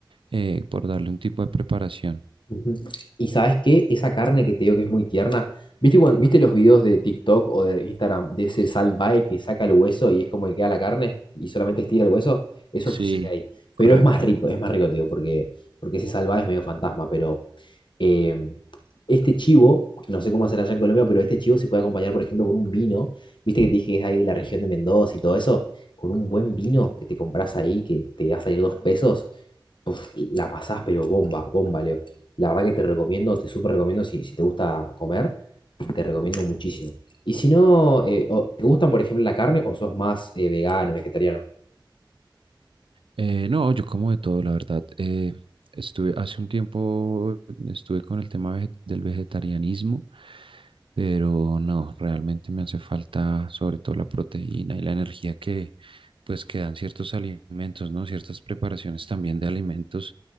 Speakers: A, on the right; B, on the left.
A: eh, por darle un tipo de preparación.
B: Ujú. Y sabes qué, esa carne que te digo que es muy tierna, ¿viste, cuan- ¿viste los videos de TikTok o de Instagram de ese salvae que saca el hueso y es como que queda la carne y solamente estira el hueso? Eso
A: Sí,
B: sucede ahí.
A: correcto.
B: Pero es más rico, es más rico, tío, porque, porque ese salvae es medio fantasma, pero eh, este chivo, no sé cómo hacer allá en Colombia, pero este chivo se puede acompañar, por ejemplo, con un vino, viste que te dije que es ahí la región de Mendoza y todo eso, con un buen vino que te compras ahí, que te va a salir dos pesos, uf, la pasás, pero bomba, bomba, Leo. La verdad que te recomiendo, te súper recomiendo si, si te gusta comer, te recomiendo muchísimo. Y si no, eh, o- ¿te gustan, por ejemplo, la carne o sos más eh, vegano, vegetariano?
A: Eh, no, yo como de todo, la verdad. Eh, estuve hace un tiempo, estuve con el tema vege- del vegetarianismo, pero no, realmente me hace falta sobre todo la proteína y la energía que pues que dan ciertos alimentos, ¿no? Ciertas preparaciones también de alimentos